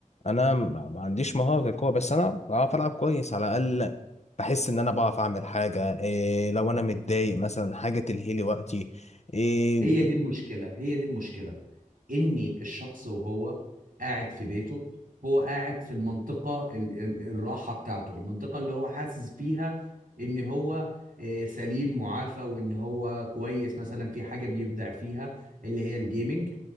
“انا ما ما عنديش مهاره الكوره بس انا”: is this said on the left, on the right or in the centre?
Left